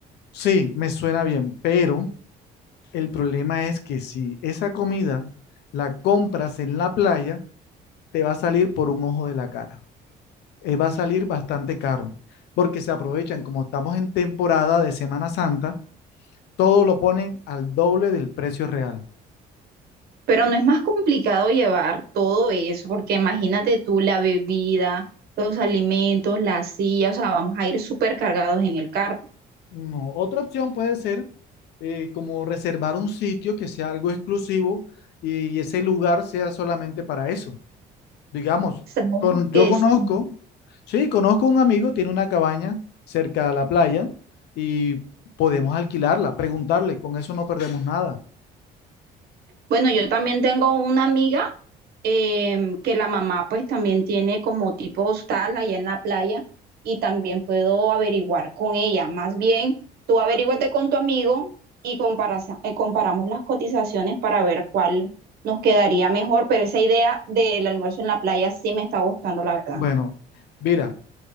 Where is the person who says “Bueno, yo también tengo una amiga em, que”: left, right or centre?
Right